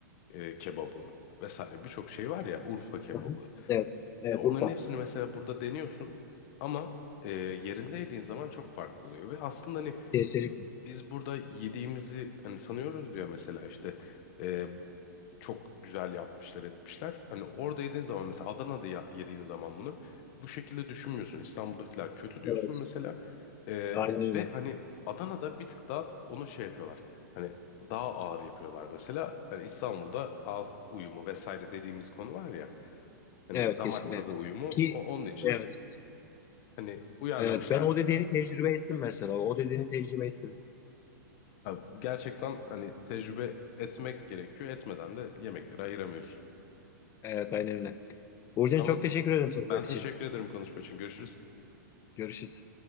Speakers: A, on the left; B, on the left.
A: e, kebabı vesaire birçok şey var ya Urfa kebabı.
B: Hı hı. Evet. Evet
A: E, onların
B: Urfa.
A: hepsini mesela burada deniyorsun ama e, yerinde yediğin zaman çok farklı oluyor ve aslında hani
B: Kesinlikle.
A: bi- biz burada yediğimizi hani sanıyoruz ya mesela işte e, çok güzel yapmışlar etmişler. Hani orada yediğin zaman mesela Adana'da ya- yediğin zaman bunu bu şekilde düşünmüyorsun. İstanbul'dakiler kötü diyorsun
B: Evet.
A: mesela. Ee,
B: Aynen öyle.
A: ve hani Adana'da bir tık daha onu şey yapıyorlar. Hani daha ağır yapıyorlar mesela. Hani İstanbul'da ağız uyumu vesaire dediğimiz konu var ya. Hani
B: Evet
A: damak
B: kesinlikle.
A: tadı uyumu
B: Ki
A: o onun için
B: evet.
A: hani uyarlamışlardı.
B: Evet. Ben o dediğini tecrübe ettim mesela. O dediğini tecrübe ettim.
A: Ha, gerçekten hani tecrübe etmek gerekiyor. Etmeden de yemekleri ayıramıyorsun.
B: Evet aynen öyle. Burcu'ya
A: Tamam
B: çok teşekkür ederim sohbet
A: ben teşekkür
B: için.
A: ederim konuşma için. Görüşürüz.
B: Görüşürüz.